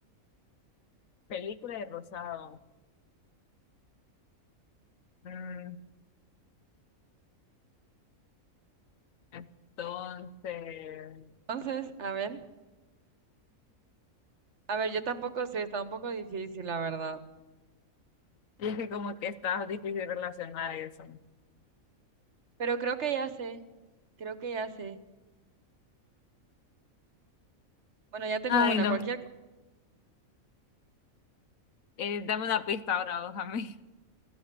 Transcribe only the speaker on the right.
Entonces, a ver. A ver, yo tampoco sé, está un poco difícil, la verdad.
Pero creo que ya sé, creo que ya sé. Bueno, ya tengo
una,
cualquier cosa.